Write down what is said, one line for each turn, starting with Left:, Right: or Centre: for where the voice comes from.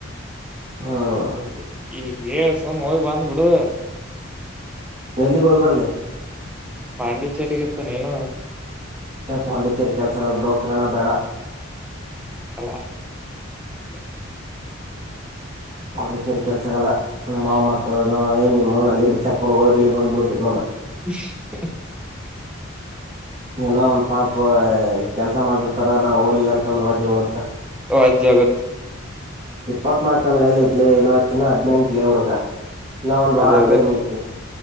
Right: ಹ್ಮ್
Centre: ಹಾಗಯೆ ಈ ಏ ಸಮ ಹೋಗ್ ಬಂದು ಬಿಡು
Right: ಎಲ್ಲಿಗೆ ಹೋಗ್ ಬರ್ಲಿ
Centre: ಪಾಂಡಿಚೆರಿಗತ್ತು ನೀನು
Right: ಪಾಂಡಿಚೇರಿ ಕೆಲ್ಸ ಆಲ್ಬಡ ಕಿರಣ ಬೇಡ
Centre: ಹಲೋ <inaudible>
Right: ಪಾಂಡಿಚೇರಿ ಕೆಲ್ಸಗಲ್ಲ ನಮ್ಮ ಮಾವ ಮತ್ ನೋಡ ಏ ನಿಮ್ಮನ ಅಲ್ಲಿಂತ ಚಪ್ಪಲು ಹೋಗೋದ್ರೆ ಇಲ್ಲಿ ಬಂದ್ ಬಿಳತಿದ್ ನೋಡ
Centre: <unintelligible> <inaudible>
Right: ಏನೋ ಒಂದು ಪಾಪ ಪಾ ಕೆಲ್ಸ ಮಾಡದ್ರ ತರ ನಾ ಹೋಗಿಲ್ಲ ಅಂತಂದ್ರೆ ಹೋಜ ಬೀಳುತ
Centre: ಅದ್ ಜಗತ್
Right: ಇಪ್ಪತ್ತ್ನಾಲ್ಕ ಅಂದ್ರೆ ಎಲ್ಲಿತ್ಲಿ ಇವತ್ ಇನ್ನ ಹದ್ನೆೆಂಟ್ಲಿ ಹುಡುಗ ಇನ್ನ ಒಂದ್ ವಾರ
Centre: ಅದೇ ಅದೇ
Right: ಟೈಮ್ ಐತಿ